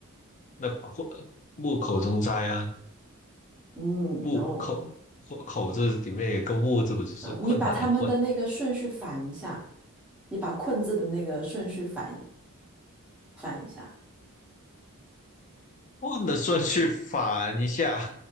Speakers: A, on the left (about 35°); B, in the centre.
A: 那困木口中哉啊，
B: 嗯，no，
A: 木口口口字里面有个木字，不就是困难的困？
B: 嗯，你把他们的那个顺序反一下，你把困字的那个顺序反一反一下，
A: 问的顺序反一下，